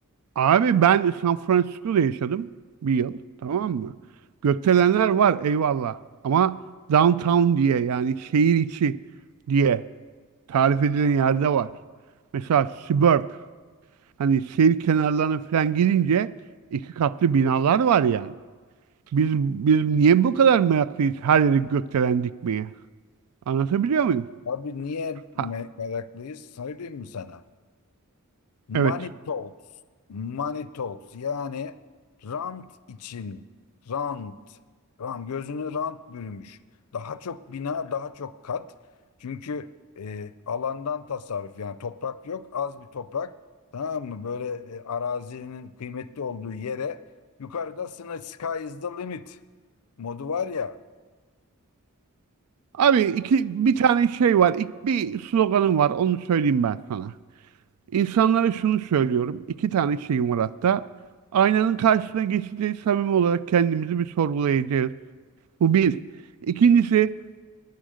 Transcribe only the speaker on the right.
abi ben San Francisco'da yaşadım bir yıl. Tamam mı? Gökdelenler var eyvallah. Ama downtown diye yani şehir içi diye tarif edilen yerde var. Mesela suburb. Hani şehir kenarlarına falan girince iki katlı binalar var yani. Biz biz niye bu kadar meraklıyız her yeri gökdelen dikmeye? Anlatabiliyor muyum?
Ha,
evet.
Abi iki bir tane şey var. İlk bir sloganım var. Onu söyleyeyim ben sana. İnsanlara şunu söylüyorum. İki tane şeyim var hatta. Aynanın karşısına geçeceğiz. Samimi olarak kendimizi bir sorgulayacağız. Bu bir. İkincisi